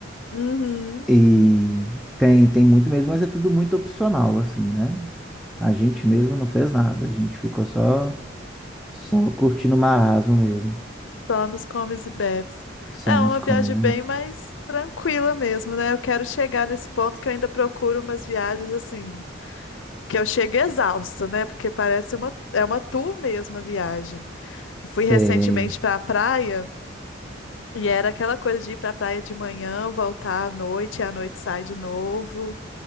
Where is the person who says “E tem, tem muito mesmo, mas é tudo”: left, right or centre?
Centre